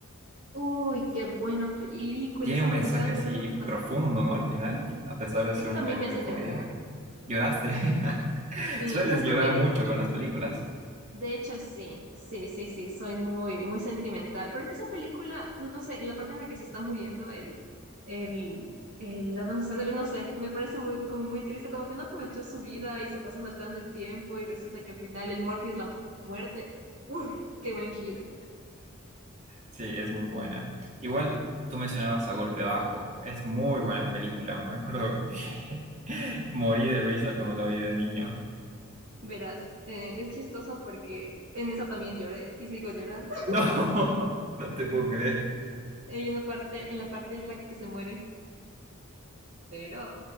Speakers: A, on the right; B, on the right.
A: Uy, qué buena película,
B: Tiene
A: esa
B: un
A: me
B: mensaje
A: encanta,
B: así
A: también es demasiado.
B: profundo, ¿no? Al final, a pesar de
A: Esa
B: ser una
A: también
B: película
A: me hace
B: de comedia.
A: llorar.
B: ¿Lloraste? <laughs> <laughs>
A: Sí,
B: Sueles
A: o sea, es comedia,
B: llorar mucho con las películas.
A: De hecho, sí, sí, sí, sí, soy muy, muy sentimental. Pero es que esa película, no sé, la parte en la que se está muriendo el, el, el Adam Sandler, no sé, me parece muy, como muy triste, como que no aprovechó su vida y se pasa saltando el tiempo y resulta que al final el Morty es la muerte. ¡Uf! ¡Qué buen giro!
B: Sí, es muy buena. Igual tú mencionabas A Golpe Bajo. Es muy buena película. Me acuerdo que <laughs> morí de risa cuando la vi de niño.
A: Verás, eh, es chistoso porque en esa también lloré y sigo llorando. <laughs>
B: No, <laughs> no te puedo creer.
A: Hay una parte, en la parte en la que se muere el Pero,